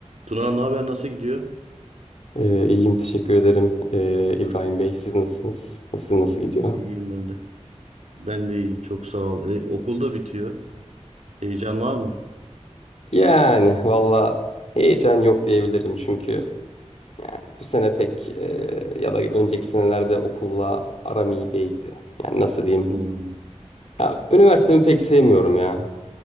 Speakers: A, on the right; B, on the left.
A: Tuna ne haber nasıl gidiyor?
B: Ee, iyiyim teşekkür ederim Ee, İbrahim Bey. Siz nasılsınız? Sizin nasıl gidiyor?
A: İyiyim ben de. Ben de iyiyim çok sağ ol. E, okul da bitiyor. Heyecan var mı?
B: Yani valla heyecan yok diyebilirim çünkü yani bu sene pek e, ya da önceki senelerde okulla aram iyi değildi. Yani nasıl diyeyim?
A: Hmm,
B: Ya, üniversitemi pek sevmiyorum ya.